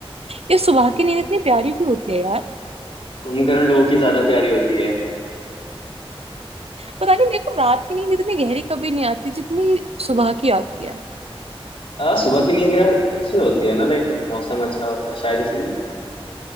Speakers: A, on the right; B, on the left.
A: ये सुबह
B: वो
A: की नींद
B: कु-
A: इतनी प्यारी क्यों होती है यार <laughs>
B: कुंभकर्ण लोगों की ज्यादा प्यारी होती
A: पता नहीं मेरे को रात की नींद इतनी गहरी कभी नहीं आती जितनी सुबह की आती है
B: आ, सुबह की नींद यार अच्छी होती है ना लाइक मौसम अच्छा होता है शायद इसलिए